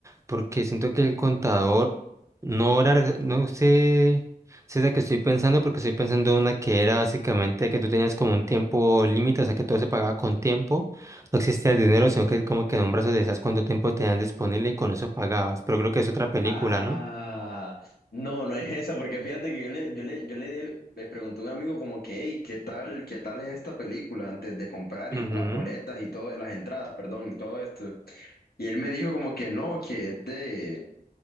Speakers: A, on the right (about 20°); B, on the left (about 80°).
A: porque siento que el contador no era, arg- no sé si es la que estoy pensando, porque estoy pensando en una que era básicamente que tú tenías como un tiempo límite, o sea que todo se pagaba con tiempo, no existía dinero, sino que como que en un brazo decías cuánto tiempo tenían disponible y con eso pagabas, pero creo que es otra película,
B: Ah,
A: ¿no?
B: no, no es esa, porque fíjate que yo le, yo le, yo le, le pregunté a un amigo como que, hey, ¿qué tal, qué tal es esta película antes de comprar
A: Ujú,
B: y las boletas y todo, las entradas, perdón, y todo esto? Y él me dijo como que no, que es de,